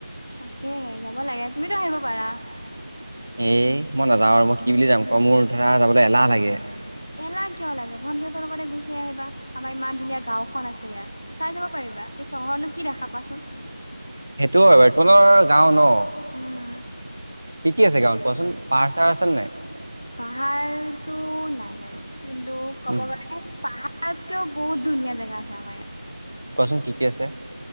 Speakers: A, on the left; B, on the right.
A: তাকে যাব লাগে তুমিতো আহিব পাৰা।
B: এ মই নাযাওঁ আৰু মই কি বুলি যাম ক মোৰ ধৰা যাবলৈ এলাহ লাগে।
A: এলাহ কিয় লাগে ভন্টিউতাৰ লগতে গুচি আহিবা আমাৰ ইমান ধুনীয়া গাঁওখন আছে ইয়াত। চাই যাব পাৰিবা এই চহনো কি দেখা কোৱাচোন।
B: সেইটো বতলৰ গাও ন?
A: উম।
B: কি কি আছে গাঁৱত কোৱাচোন পাৰ চাৰ আছে নে নাই?
A: পাহাৰতটো নাই বাৰু কিন্তু ক'ব
B: উম,
A: গ'লে পাহাৰতকেও বহুত ধুনীয়া জেগা আছে আমাৰ ইয়াত।
B: কোৱাচোন কি কি আছে?